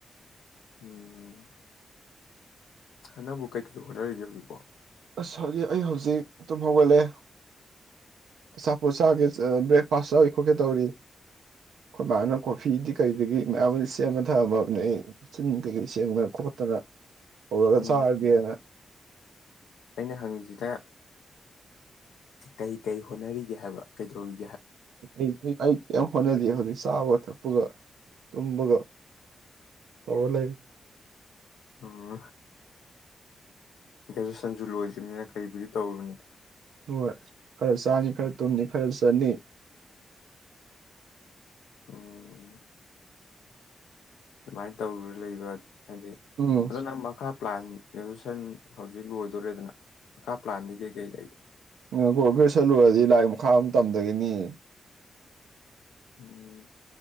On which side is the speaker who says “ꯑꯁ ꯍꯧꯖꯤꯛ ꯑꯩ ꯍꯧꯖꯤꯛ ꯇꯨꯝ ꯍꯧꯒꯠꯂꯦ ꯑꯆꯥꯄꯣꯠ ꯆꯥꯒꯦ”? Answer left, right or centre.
Right